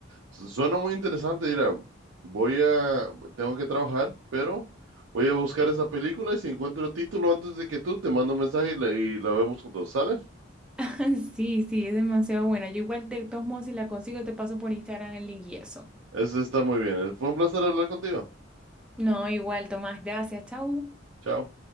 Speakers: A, on the right (about 80°); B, in the centre.
A: Su- Suena muy interesante, mira, voy a, tengo que trabajar, pero voy a buscar esa película y si encuentro el título antes de que tú, te mando un mensaje y la, y la vemos juntos, ¿sale?
B: <laughs> Sí, sí, es demasiado buena. Yo igual de todos modos, si la consigo, te paso por Instagram el link y eso.
A: Eso está muy bien. Fue un placer hablar contigo.
B: No, igual, Tomás, gracias, chau.
A: Chao.